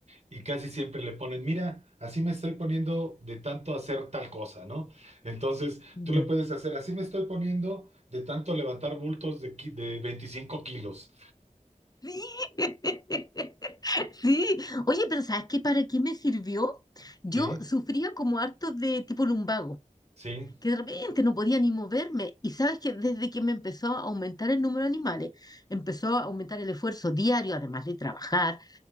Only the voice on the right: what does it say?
y casi siempre le ponen, mira, así me estoy poniendo de tanto hacer tal cosa, ¿no? Entonces,
tú le puedes hacer, así me estoy poniendo de tanto levantar bultos de, qui- de veinticinco kilos.
Sí,
sí,